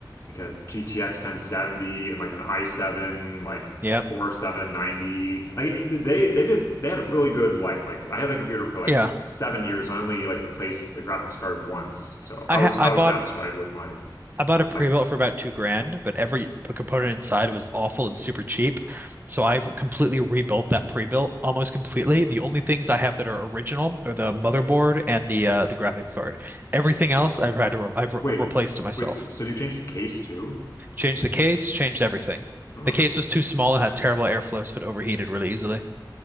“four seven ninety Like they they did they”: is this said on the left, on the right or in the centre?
Left